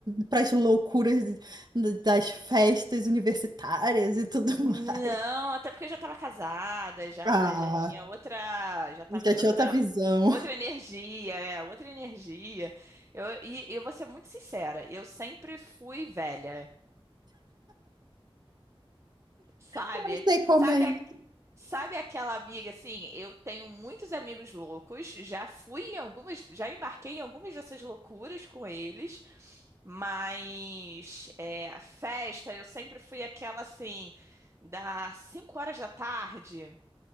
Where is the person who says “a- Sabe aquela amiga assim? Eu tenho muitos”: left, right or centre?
Right